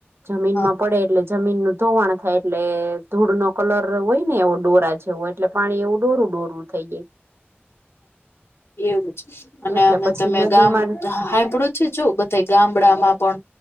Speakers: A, on the right; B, on the left.
A: જમીન
B: હા
A: માં પડે એટલે જમીનનું ધોવાણ થાય એટલે ધૂળ નો કલર હોય ને એવો ડોરા જેવો એટલે પાણી એવું ડોરું ડોરું થઈ જાય.
B: એવું જ અને
A: એટલે
B: અમે
A: પછી
B: તમે
A: નદીમાં
B: ગામ સાાંભડું છે જો બધા ગામડામાં પણ